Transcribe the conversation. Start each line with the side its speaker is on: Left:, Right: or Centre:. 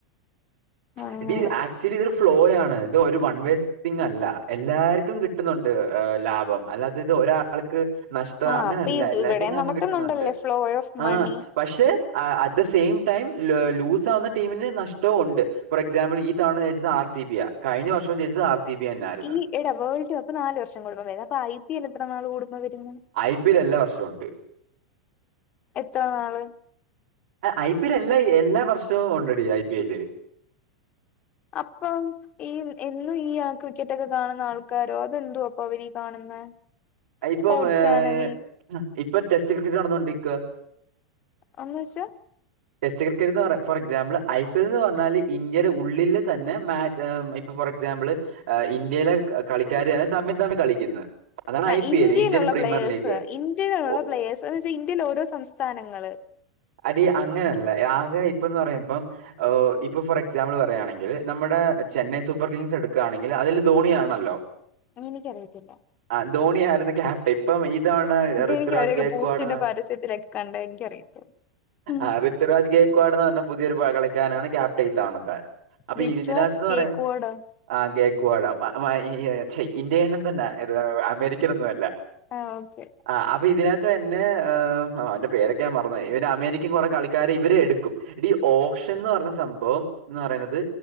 Right: സംഗതി
Left: അങ്ങനെ
Right: ആക്ച്വലി ഇതൊരു ഫ്ലോയാണ് ഇത് ഒരു വൺ വേസ്റ്റങ് അല്ല എല്ലാർക്കും കിട്ടുന്നുണ്ട് ലാഭം അതായത് ഇത് ഒരാ ആൾക്ക് നഷ്ടത
Left: ആ
Right: അങ്ങനെയല്ല
Left: അപ്പൊ ഇത്
Right: എല്ലാർക്കും
Left: ഇവിടെ
Right: ലാഭം
Left: നടക്കുന്നുണ്ടല്ലേ
Right: കിട്ടുന്നുണ്ട്
Left: ഫ്ലോ ഓഫ്
Right: ആഹ
Left: മണി
Right: പക്ഷെ at the same time lose ആവുന്ന ടീമിന് നഷ്ടവും ഉണ്ട് ഫോർ എക്സാംബിൾ ഈ തവണ ജയിച്ചത് ആർ സി ബി ആ കഴിഞ്ഞ വർഷം ജിച്ചത് ആർ സി ബി തന്ന ആയിരുന്നു
Left: ഈ എടാ വേൾഡ് കപ്പ് നല് വർഷം കുടുമ്പം വര അപ്പ ഐ പി എൽ എത്ര നാൾ കൂടുമ്പം വരുന്നു
Right: ഐ പി എൽ എല്ലാ വർഷ ഉണ്ട്
Left: എത്ര നാള്
Right: ഐ പി എൽ എല്ലാ എല്ലാ വർഷവും ഉണ്ടാണ്ടി ഐ പി എല്
Left: അപ്പം ഈ എന്നും ഈ ആ ക്രിക്കറ്റൊക്കെ കാണുന്ന ആൾക്കാരോ അതെന്തോ അപ്പൊ അവരി ഈ കാണുന്ന
Right: ഇപ്പം
Left: സ്പോർട്സ്
Right: ഏഹ്,
Left: ചാനലി
Right: ഇപ്പൊ ടെസ്റ്റ് ക്രിക്കറ്റ് നടന്നുകൊണ്ടിരിക്കുക
Left: എന്നുവെച്ച
Right: ടെസ്റ്റ് ക്രിക്കറ്റ് എന്ന് പറ for example I P L എന്ന് പറഞ്ഞാല് ഇന്ത്യയുടെ ഉള്ളിൽ തന്നെ മാ ഇപ്പൊ ഫോർ എക്സാമ്പിൾ ഇന്ത്യയിലെ കളിക്കാർ തമ്മിൽ തമ്മിൽ കളിക്കുന്നത് അതാണ്
Left: ആ
Right: ഐ പി
Left: ഇന്ത്യയിലുള്ള
Right: എൽ ഇന്ത്യൻ പ്രീമിയർ
Left: പ്ലേഴസ്
Right: ലീഗ്
Left: ഇന്ത്യയിലുള്ള
Right: ഒ-
Left: പ്ലേയേഴ്സ് എന്ന് വെച്ചാ ഇന്ത്യയിലെ ഓരോ സംസ്ഥാനങ്ങള്
Right: അടി അങ്ങനെയല്ല ആകെ ഇപ്പ എന്ന് പറയുമ്പം ഇപ്പോ ഫോർ എക്സാമ്പിൾ പറയുകയാണെങ്കിൽ നമ്മുടെ ചെന്നൈ സൂപ്പർ കിങ്സ് എടുക്കുകയാണെങ്കിൽ അതില് ധോണിയാണല്ലോ
Left: എനിക്കറിയത്തില്ല
Right: ആ ധോണിയ ആായിരുന്നു ക്യാ ഇപ്പം ഈ തവണ ഋഥ്വിരാജ്
Left: എനിക്ക് അവരെയൊക്കെ
Right: കേക്കു
Left: ബൂസ്റ്റിന്റെ
Right: ആണ്
Left: പരസ്യത്തിലൊക്കെ കണ്ട എനിക്കറിയത്തുള്ളൂ ഉം
Right: ആ ഋഥ്വിരാജ് കേക്കുവാണ് പറഞ്ഞ പുതിയൊരു കളിക്കാനാണ് ക്യാപ്റ്റൈ ഇ തവണത്തെ അപ്പൊ
Left: ഋത്വിരാജ്
Right: ഇതിനകത്തു
Left: കേക്കുവാടോ
Right: പറയാൻ ആ കേക്കവാട <unintelligible> ഇന്ത്യയിൽ തന്നെ അമേരിക്കനൊന്നും അല്ല
Left: ആ ഓക്കെ
Right: ആ അപ്പൊ ഇതിനകത്ത് തന്നെ അവന്റെ പേരൊക്കെ ഞാൻ മറന്നോയി ഇവര് അമേരിക്കൻ കുറെ കളിക്കാരർ ഇവരെ എടുക്കും ഇ ഈ ഓപ്ഷൻ എന്ന് പറഞ്ഞ സംഭവം എന്ന് പറയുന്നത്